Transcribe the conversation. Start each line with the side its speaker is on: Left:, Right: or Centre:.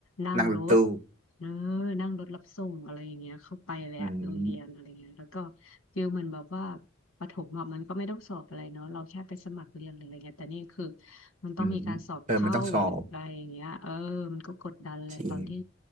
Left: นั่งรถ
Right: นั่งรถตู้
Left: เนออนั่งรถรับส่งอะไรอย่างเงี้ยเข้าไปแล้วโรงเรียนอะไรเงี้ยแล้วก็
Right: อืม
Left: ฟิลเหมันแบบว่าประถมอะมันก็ไม่ต้องสอบอะไรเนาะเราแค่ไปสมัครเรียนหรืออะไรเงี้ยแต่นี่คือ มันต้องมีการสอบเข้าหรืออะไรอย่างเงี้ยเออมันก็กดดันแหละตอนที่
Right: อืมเออมันต้องสอบจริง